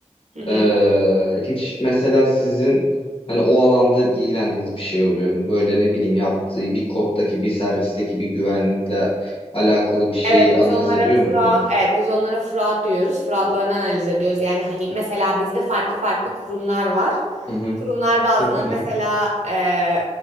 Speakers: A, on the right; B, on the left.
A: Hı hı.
B: Ee, hiç mesela sizin hani o alanda ilgilendiğiniz bir şey oluyor mu? Böyle ne bileyim yaptığı bir koddaki bir servisteki bir güvenlikle alakalı bir şeyi
A: Evet biz
B: analiz
A: onlara
B: ediyor
A: Fırat,
B: musunuz?
A: evet biz onlara Fırat diyoruz. Fıratlarını analiz ediyoruz. Yani hani mesela bizde farklı farklı kurumlar var.
B: Hı hı.
A: Kurumlar bazlı.
B: Hı hı.
A: Mesela e,